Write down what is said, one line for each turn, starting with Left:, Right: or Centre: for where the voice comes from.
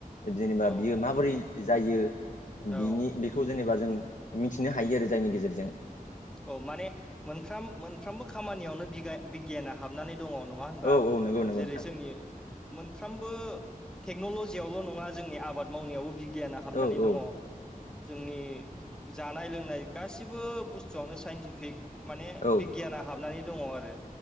Left: जेनेबा
Centre: औ
Left: बियो माबोरै जायो
Centre: औ
Left: बिनि बेखौ जेनेबा जों मिथिनो हायो आरो जायनि गेजेरजों
Centre: औ माने मोनफ्राम मोनफ्रोमबो खामानियावनो बिगाय बिगियाना हाबनानै दङ नङा होनबा
Left: औ औ नंगौ नंगौ
Centre: जेरै
Left: नोंथां
Centre: जोंनि मोनफ्रोमबो टेक्नलजियावल नङा जोंनि आबाद मावनायावबो बि गियाना हाबनानै
Left: औ
Centre: दङ
Left: औ
Centre: जोंनि जानाय लोंनाय गासिबो बुस थुयावनो साइन्टिफिक माने
Left: औ
Centre: बिगियाना हाबनानै दङ आरो